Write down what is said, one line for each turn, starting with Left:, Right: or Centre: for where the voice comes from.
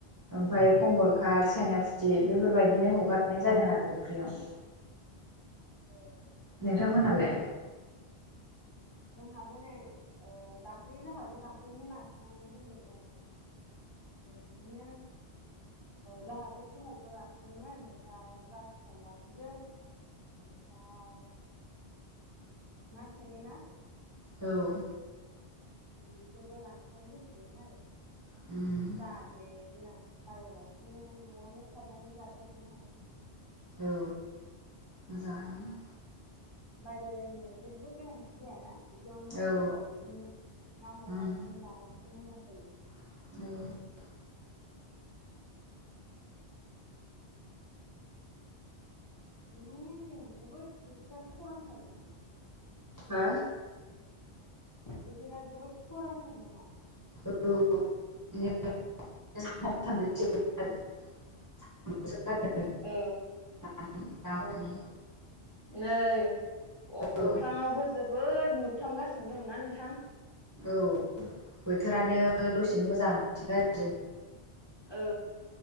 Right: ओमफ्राय कममलकात साइना फुथि बेफोरबायदिनो हगारनाय जादों आरो फुख्रियाव
Left: ए मोजाङानो
Right: नोंथांमोनहालाय
Left: होनबा नोंथां जोंहाबो नै दाख्लै जोंहाबो दाख्लैनो लाखिनानै दोनदोंमोन बिदिनो जोंहाबो समावफोर लाखियोन ओमफ्राय जा फुसार लाखिदों ओमफ्राय मा सायलिनाा
Right: औ
Left: बिदिखौबो लाखिनानै दोनथैदोंमोन आरो
Right: औ औ
Left: जाहाथे देनां बाहायालासिनो न'आवनो सारनानै जाबाय थानो हायो
Right: औ मोजाङानो
Left: बायलायलायनो जेबो गोनांथि जायाना बिदिनो न'फोराव
Right: औ
Left: बिदिनो ना हगारनानै
Right: ओं
Left: लाबासो मोजां जायो
Right: औ
Left: नोंथांनिथिं जोबोद बोथोरा खरानथार नामा
Right: हा
Left: बोथोरा जोबोद खरानथार नामा
Right: औ बिदि सानथाम सानब्रै <unintelligible>
Left: औ
Right: माने
Left: औ नै अ-अख्रांयावबो
Right: औ
Left: जोब बोद नुफ्रामगासिनो दंना नोंथां
Right: औ बोथोरानो दसेनो मोजां गाज्रि
Left: औ